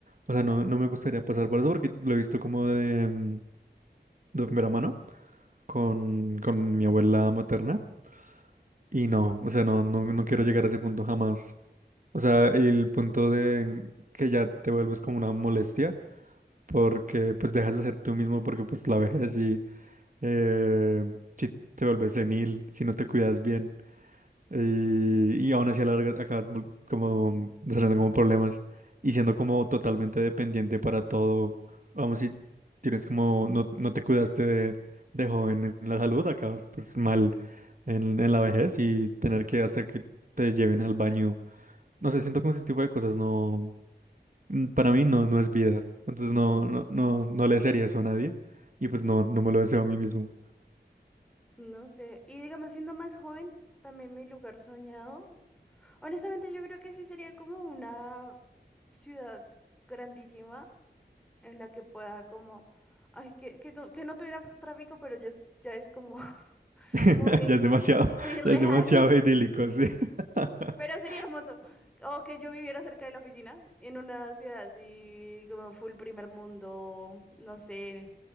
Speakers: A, on the right (about 50°); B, in the centre.
A: O sea, no, no me gustaría pasar por eso porque lo he visto como de, mm, de primera mano con, con mi abuela materna. Y no, o sea, no, no, no quiero llegar a ese punto jamás. O sea, el punto de que ya te vuelves como una molestia. porque pues dejas de ser tú mismo, porque pues la vejez y eh, si te vuelves senil, si no te cuidas bien, y, y aún así a la larga acabas vol- como desarrollando como problemas y siendo como totalmente dependiente para todo, vamos, si tienes como, no, no te cuidaste de, de joven en la salud, acabas pues mal en, en la vejez y tener que hasta que te lleven al baño, no sé, siento como ese tipo de cosas, no, mm, para mí no, no es vida. Entonces no, no, no, no le desearía eso a nadie. Y pues no, no me lo deseo a mí mismo.
B: No sé. Y digamos, siendo más joven, también mi lugar soñado. Honestamente, yo creo que sí sería como una ciudad grandísima en la que pueda como, ay, que, que, tu- que no tuviera tráfico, pero ya es, ya es como <laughs>
A: <laughs>
B: muy,
A: Ya es demasiado,
B: muy real.
A: ya es demasiado idílico, sí. <laughs>
B: Pero sería hermoso. O que yo viviera cerca de la oficina, en una ciudad así como full primer mundo, no sé,